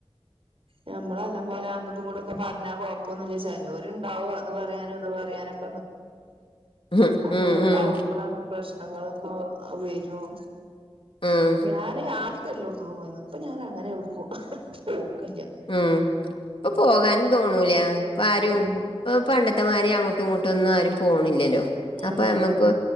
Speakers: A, on the right; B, on the left.
A: ഞമ്മളെല്ലാം പോലെ അങ്ങട്ടും ഇങ്ങോട്ടുംക്കെ പറഞ്ഞാ കൊഴപ്പൊന്നില്ല ചിലരു ഇണ്ടാവും അത് പറയാന ഇത് പറയാനൊക്കെ
B: ഉം
A: അങ്ങനൊക്കെ
B: ഉം ഉം
A: ആവുമ്പോഴാണ് പ്രശ്നങ്ങളൊക്കെ വരും
B: ഉം
A: ഞാന് ആദ്യത്തെല്ലോത്തന്നു പോയിന്ന് ഇപ്പൊ ഞാൻ അങ്ങനെ എടുക്കും പോക്കില്ല
B: ഉം ഇപ്പൊ പോകാനും തോന്നൂല ഇപ്പ ആരും
A: ഉം
B: ഇപ്പ പണ്ടത്തെമാരി അങ്ങോട്ടും ഇങ്ങോട്ടും ഒന്നും ആരും പോണില്ലല്ലോ
A: ഉം
B: അപ്പൊ നമ്മക്ക്